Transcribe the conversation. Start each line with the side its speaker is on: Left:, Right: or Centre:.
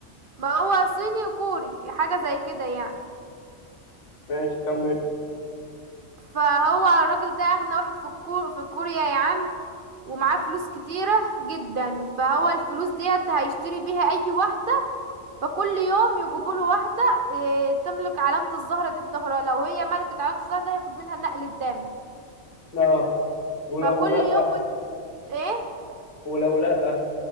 Right: ما هو صيني كوري حاجة زي كده يعني
Left: ماشي كمل
Right: فهو الراجل ده اغنى واحد في الكور في كوريا يا عم ومعاه فلوس كتيرة جدا فهو الفلوس ديت هيشتري بيها اي واحدة فكل يوم يجيبوا له واحدة إيه تملك علامة الزهرة دي في ظهرها لو هي ملكت علامة الزهرة ده هياخد منها نقل الدم
Left: اه ولو
Right: فكل
Left: لأ
Right: يوم وت... ايه
Left: ولو لأ